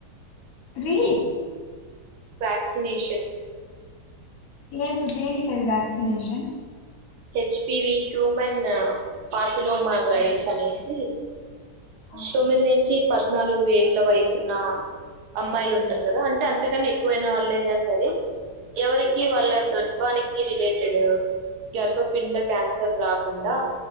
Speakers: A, on the left; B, on the right.
A: త్రి
B: వ్యాక్సినేషన్
A: లేదు దేని కది వ్యాక్సినేషన్
B: హె చ్పి వి హ్యూమన్ ప ఫిలోమాగరేషన్
A: ఓకే ఓకే
B: ఏసి
A: ఆ
B: తొమ్మిది నుంచి పద్నాలుగు ఏళ్ళ వయసున్న అమ్మాయిలు ఉంటారు కదా అంటే అంతకన్న ఎక్కువైన వాళ్ళ అయినా సరే ఎవరికి
A: ఆ
B: వాళ్ళ గర్భానికి ఈ రిలేటెడ్ గర్భపిండ క్యాన్సర్ రాకుండా